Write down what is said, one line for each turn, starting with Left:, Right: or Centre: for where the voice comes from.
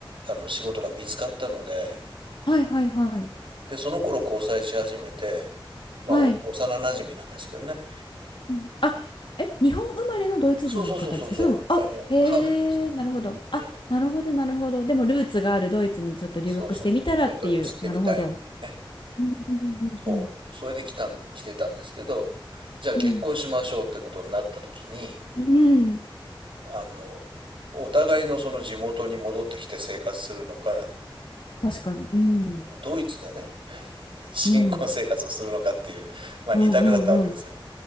Right: あの、仕事が見つかったので、
Left: はいはいはい。
Right: で、その頃交際し始めて、まあ、
Left: はい。
Right: お幼馴染なんですけどね。
Left: うん、あ、え、日本生まれのドイツ人の方ですかそれとも、
Right: そうそうそうそうそう、
Left: あ、
Right: あの、
Left: へえ、
Right: ハーフですよね。
Left: なるほど。あ、
Right: うん、
Left: なるほど、なるほど。でも、ルーツがあるドイツにちょっと留学してみたらっていう、
Right: そうそうそう、ちょっと知ってみたいみたいなね。
Left: なるほど。うんうんうんうん
Right: そう、それで来たん、来てたんですけど、じゃあ結婚しましょうってことになった時に、
Left: うん。うん。
Right: あの、お互いのその地元に戻ってきて生活するのか、
Left: 確かに。うん。
Right: ドイツでね、<laughs> 新婚生活をするのかっていう、
Left: うん。
Right: まあ二択だったわけですよ。
Left: うんうんうん。